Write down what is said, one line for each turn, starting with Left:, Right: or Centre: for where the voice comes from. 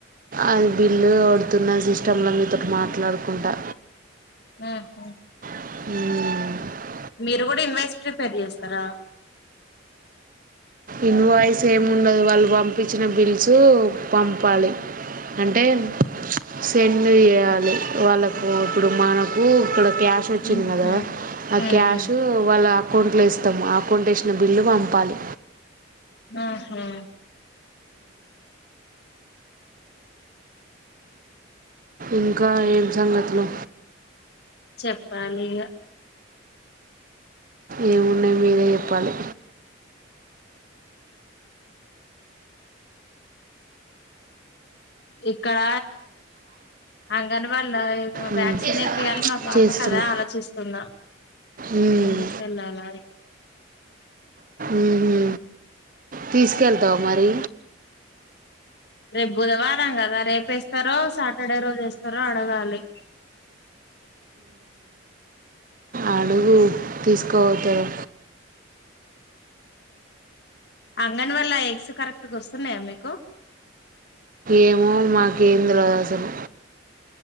Right: అది బిల్లు కోడుతున్న సిస్టంలో మీతోటి మాట్లాడుకుంటా
Left: ఆ హ
Right: హ్మ్
Left: మీరు కూడా ఇన్వెస్ట్ ప్రిపేర్ చేస్తారా
Right: ఇన్ వాయిస్ సేమ్ ఉండదు వాళ్ళు పంపించిన బిల్స్ పంపాలి. అంటే సెండ్ చేయాలి వాళ్ళకు ఇప్పుడు మనకు ఇక్కడ క్యాష్ వచ్చింది
Left: ఉహు
Right: కదా ఆ
Left: ఉహు
Right: క్యాష్ వాళ్ళ అకౌంట్ లో ఇస్తా ఆ అకౌంట్ ఇ బిల్లు పంపాలి.
Left: ఆహా
Right: ఇంకా ఏం సంగతులు.
Left: చెప్పాలి ఇగ
Right: ఏమున్నాయి మీరే చెప్పాలి.
Left: ఎ ఇక్కడ అంగన్వాడిల
Right: మ్మ్.
Left: వ్యాక్సిన్ ఏపీయాలి. మా పాప
Right: చేస్తున్నా
Left: అదే ఆలోచిస్తున్నా
Right: మ్మ్.
Left: ఏం తీసుకెళ్లాల.
Right: ఉహూ తీసుకెళ్తావు మరి.
Left: రేపు బుధవారం కదా రేపు వేస్తారో సాటర్డే రోజు వేస్తారో అడగాలి.
Right: అడుగు తీసుకోపోతారు.
Left: అంగన్వాడిలా ఎగ్స్ కరెక్ట్ వస్తున్నాయా మీకు
Right: ఏమో మాకేం తెల్వదాసలు.